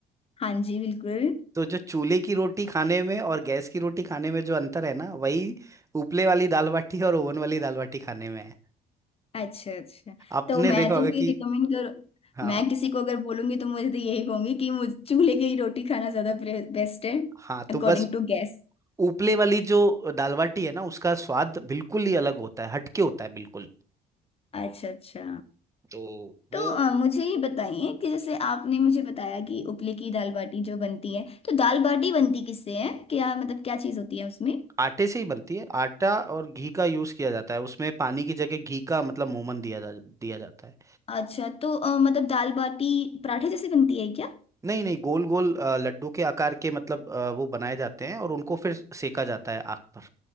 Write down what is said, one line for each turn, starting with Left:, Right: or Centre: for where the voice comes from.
Left: हाँ जी बिल्कुल
Right: तो जो चूल्हे की रोटी खाने में और गैस की रोटी खाने में जो अंतर है ना वही उपले वाली दाल बाटी और ओवन वाली दाल बाटी खाने में है
Left: अच्छा अच्छा
Right: आपने
Left: तो मैं
Right: देखा
Left: तो
Right: होगा
Left: फिर
Right: कि
Left: रिकमेंड कर
Right: हाँ
Left: मैं किसी को अगर बोलूंगी तो मुझे तो यही कहूंगी कि मुझे चूल्हे की रोटी खाना ज्यादा बेस्ट है
Right: हाँ तो
Left: अकॉर्डिंग
Right: बस
Left: टू गैस
Right: उपले वाली जो दाल बाटी है ना उसका स्वाद बिल्कुल ही अलग होता है हटके होता है बिल्कुल
Left: अच्छा अच्छा
Right: तो वो
Left: तो अ, मुझे ये बताइए कि जैसे आपने मुझे बताया कि उपले की दाल बाटी जो बनती है तो दाल बाटी बनती किससे है क्या मतलब क्या चीज़ होती है उसमें
Right: आटे से ही बनती है आटा और घी का यूज किया जाता है उसमें पानी की जगह घी का मतलब मोमन दिया जा दिया जाता है
Left: अच्छा तो अ, मतलब दाल बाटी पराठे जैसे बनती है क्या
Right: नहीं नहीं गोल गोल अ, लड्डू के आकार के मतलब अ, वो बनाए जाते हैं और उनको फिर सेका जाता है आग पर